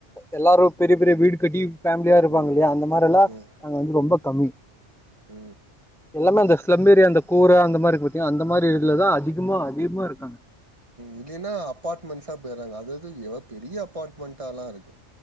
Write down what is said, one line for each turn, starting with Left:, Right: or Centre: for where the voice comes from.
Centre: எல்லாரு பெரிய பெரிய வீடு கட்டி ஃபேம்லியா இருப்பா
Right: ம் ம்
Centre: இல்லையா அந்த மாரிலா
Right: ம் ம்
Centre: வந்து
Right: ம்
Centre: ரொம்ப கம்மி
Right: ம்
Centre: எல்லாமே அந்த ஸ்லப்பேரிய அந்த கூர அந்த மாரி இருக்கு பாத்தியா அந்த மாரி சைட்லதா
Right: ம் ம்
Centre: அதிகமா அதிகமா இருக்காங்க
Right: இல்லேனா அபார்ட்மெண்ட்ஸா பொய்றாங்க அதது எப்பா பெரிய அபார்ட்மெண்ட்டாலா இருக்கு